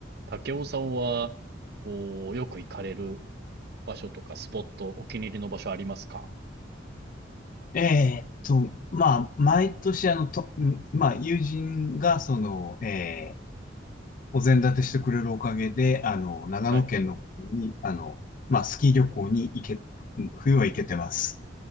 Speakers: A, on the right; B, on the left.
A: 武雄さんは、こう、よく行かれる場所とかスポット、お気に入りの場所ありますか
B: えーっと、まあ、毎年、あの、と、うんまあ、友人が、その、えーお膳立てしてくれるおかげで、あの、長野県の方に、
A: はい。
B: あの、まあ、スキー旅行に行け、うん冬は行けてます。